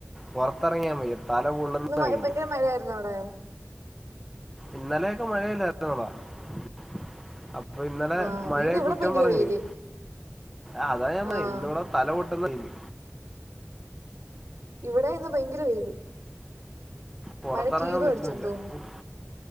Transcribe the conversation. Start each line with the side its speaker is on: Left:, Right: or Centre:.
Centre: പുറത്തിറങ്ങൻ വയ്യ തല പൊള്ളുന്ന
Right: ഇന്ന്
Centre: വെയില്
Right: മഴ ആയിരുന്നോ അവിടെ
Centre: ഇന്നലെയൊക്കെ മഴയല്ലായിരുന്നോ അവിടെ അപ് അപ്പൊ ഇന്നലെ
Right: ആഹ്
Centre: മഴയെ
Right: ഇന്ന് ഇവിടെ
Centre: കുറ്റം
Right: ഭയങ്കര
Centre: പറഞ്ഞില്ലേ
Right: വെയില്
Centre: ആഹ് അതാ ഞാൻ പറഞ്ഞ
Right: ആഹ്
Centre: ഇന്നിവിടെ തല പൊട്ടുന്ന വെയില്
Right: ഇവിടെ ഇന്ന് ഭയങ്കര വെയില്
Centre: പുറത്തിറങ്ങാൻ
Right: മഴയ്ക്ക് ഈഗോ
Centre: പറ്റുന്നില്ല
Right: അടിച്ചെന്ന് തോന്നുന്നു
Centre: ഒഹ്